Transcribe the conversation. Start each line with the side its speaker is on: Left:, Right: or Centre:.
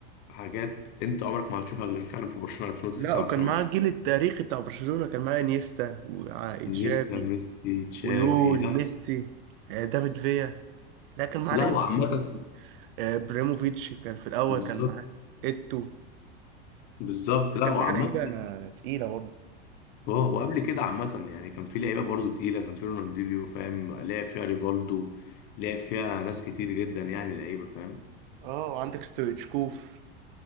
Left: حاجات انت عمرك ما هتشوفها غير فعلا في برشلونة 2009
Right: لا وكان
Left: 2010
Right: معاه الجيل التاريخي بتاع برشلونة كان معاه انيستا وإيجابي
Left: انيستا ميسي تشافي
Right: ويول
Left: لا
Right: ميسي آه، دافيد فيا لا كان معاه
Left: لا
Right: لعيبة
Left: وعامة
Right: كتير. آه، ابراهيموفيتش كان في الأول
Left: بالظبط
Right: كان معاه إيتو
Left: بالظبط لا
Right: كان
Left: وعامة
Right: معاه لعيبة تقيلة برضه
Left: اه وقبل كده عامة يعني كان في لعيبة برضو تقيلة كان في رونالدينيو فاهم لعب فيها ريفالدو لعب فيها ناس كتير جدا يعني لعيبة فاهم
Right: اه وعندك ستويتشكوف